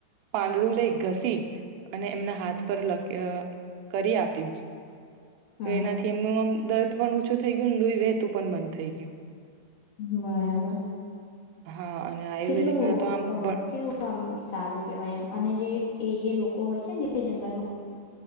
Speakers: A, on the right; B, on the left.
A: પાંદડું લઈ ઘસી અને એમના હાથ પર લ કરી આપ્યું.
B: હમ
A: તો એનાથી એમનું આમ દર્દ પણ ઓછું થઈ ગયયો લોઈ વહેતું પણ બંધ થઈ ગયું,
B: બરાબર
A: હા અને આયુર્વેદિકના
B: કેટલું
A: તો આમ
B: અ
A: બ
B: કેવું આમ સારું કેવાય એમ અને જે એ જે લોકો હોય છે, ને જે જંગલમાં